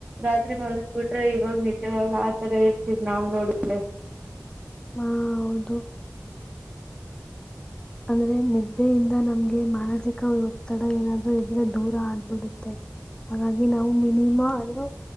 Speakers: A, on the right; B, on the left.
A: ರಾತ್ರಿ ಮಲ್ ಬಿಟ್ರೆ ಇವಾಗ ನಿದ್ದೆ ಬರಲ್ಲ ಆತರ ಇರ್ತೀವಿ ನಾವ್ ನೋಡಲೆ.
B: ಹಾ ಹೌದು. ಅಂದ್ರೆ ನಿದ್ದೆಯಿಂದ ನಮ್ಗೆ ಮಾನಸಿಕ ಒತ್ತಡ ಏನಾದ್ರೂ ಇದ್ರೆ ದೂರ ಆಗ್ಬಿಡುತ್ತೆ ಹಾಗಾಗಿ ನಾವು ಮಿನಿಮ್ ಆದ್ರೂ